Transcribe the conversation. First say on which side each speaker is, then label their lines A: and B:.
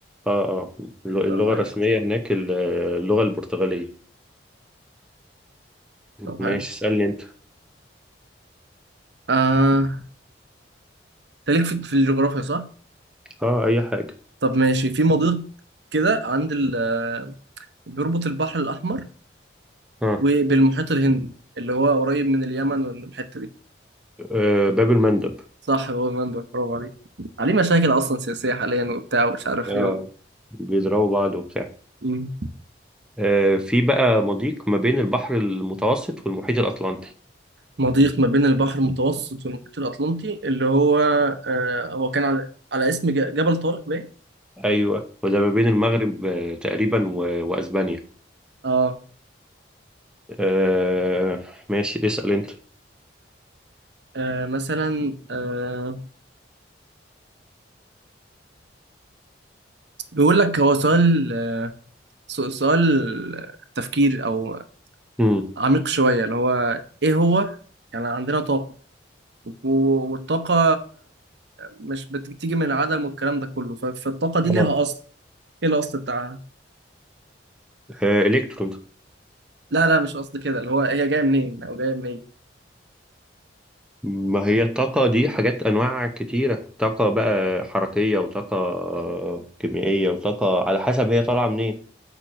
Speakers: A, in the centre; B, on the right.
A: اه اه اللغة
B: طب حلو
A: الرسمية هناك ال- آه، اللغة البرتغالية
B: طب
A: ماشي
B: حلو
A: اسألني انت
B: آه أنت ليك في... في الجغرافيا صح؟
A: اه اي حاجة
B: طب ماشي في مضيق كده عند ال بيربط البحر الأحمر
A: اه
B: وبالمحيط الهندي اللي هو قريب من اليمن والحتة دي
A: آه، باب المندب
B: صح هو المنبع برافو عليك عليه مشاكل أصلا سياسية حاليا وبتاع ومش عارف
A: آه،
B: إيه
A: بيضربوا بعض وبتاع
B: مم.
A: آه، في بقى مضيق ما بين البحر المتوسط والمحيط الأطلنطي
B: مضيق ما بين البحر المتوسط والمحيط الأطلنطي اللي هو آه هو كان على, على اسم ج- جبل طارق باين
A: أيوه وده ما بين المغرب آه، تقريبا و... وأسبانيا
B: آه,
A: آه، ماشي اسأل أنت
B: آه مثلا آه بيقول لك هو سؤال آه سو- سؤال تفكير أو
A: مم.
B: عميق شوية اللي هو إيه هو يعني عندنا طاقة و- والطاقة مش بتيجي من العدم والكلام ده كله ف- فالطاقة دي ليها
A: اه
B: أصل إيه الأصل بتاعها؟
A: آه، الكترون
B: لا لا مش قصد كده اللي هو هي جاية منين أو جاية منين؟
A: ما هي الطاقة دي حاجات أنواع كتيرة طاقة بقى حركية وطاقة آه، كيميائية وطاقة على حسب هي طالعة منين